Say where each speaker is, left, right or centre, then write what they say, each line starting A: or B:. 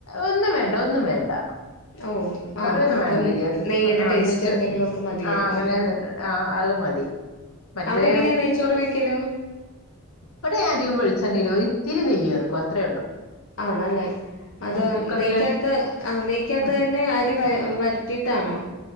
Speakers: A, on the left; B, on the left.
A: ഒന്നും വേണ്ട ഒന്നും വേണ്ട
B: ഓഹ്
A: കറിയൊന്നും
B: ആഹ് അപ്പൊ
A: വേണെന്നില്ല
B: നെയ്യുടെ
A: ആ
B: ടേസ്റ്റ്
A: നെയ്ച്ച
B: എന്തെങ്കിലു ഒക്കെ മതിയല്ലോ
A: ആ അങ്ങനെ
B: ഉം
A: ആ അത് മതി മറ്റേ
B: അവിടെ എങ്ങനെയാ നെയ്ചോറ് വെക്കല്
A: ഇവിടെ അധികം വെളിച്ചെണ്ണയിലോ ഒരി ഇത്തിരി നെയ് ചേർക്കും അത്രേ ഉള്ളൂ
B: ആണല്ലേ അത്
A: കുക്കറില്
B: നെയ്ക്കാത്ത് ആ നെയ്ക്കാത്ത്
A: ഉം
B: തന്നെ അരി വ വരട്ടീ ട്ടാണോ